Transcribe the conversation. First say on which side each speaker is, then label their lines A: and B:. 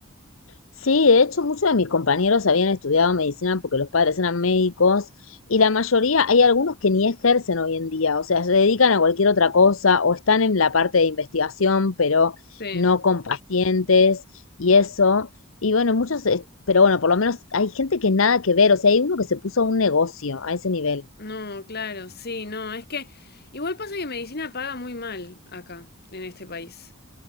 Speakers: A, on the left; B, on the left.
A: Sí, de hecho muchos de mis compañeros habían estudiado medicina porque los padres eran médicos y la mayoría, hay algunos que ni ejercen hoy en día, o sea, se dedican a cualquier otra cosa o están en la parte de investigación, pero
B: Sí,
A: no con pacientes y eso. Y bueno, muchos, eh, pero bueno, por lo menos hay gente que nada que ver, o sea, hay uno que se puso a un negocio a ese nivel.
B: no, claro, sí, no, es que igual pasa que medicina paga muy mal acá, en este país. <laughs>